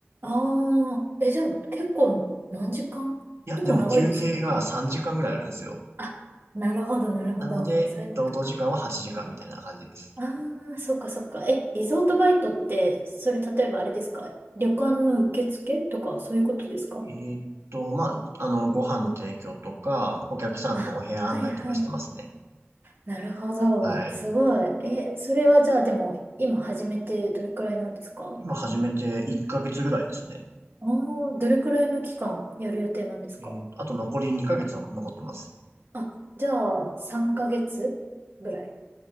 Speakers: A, on the right; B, on the right.
A: ああ、え、じゃあ結構何時間結構長いですよね。
B: いや、でも休憩が3時間ぐらいあるんですよ。
A: あ、なるほど、なるほど。
B: なので、
A: そういうことか。
B: 労働時間は8時間みたいな感じです。
A: ああ、そっかそっか。え、リゾートバイトって、それ例えばあれですか旅館の受付とかそういうことですか
B: えーっと、まあ、あの、ご飯の提供とか、お客さんのお部屋案内とかしてますね。
A: あ、はいはい。なるほど。
B: はい。
A: すごい。え、それはじゃあでも、今始めてどれくらいなんですか
B: 今始めて1ヶ月ぐらいですね。
A: ああ、どれくらいの期間やる予定なんですか
B: えーあと残り2ヶ月の残ってます。
A: あ、じゃあ、3ヶ月ぐらいっ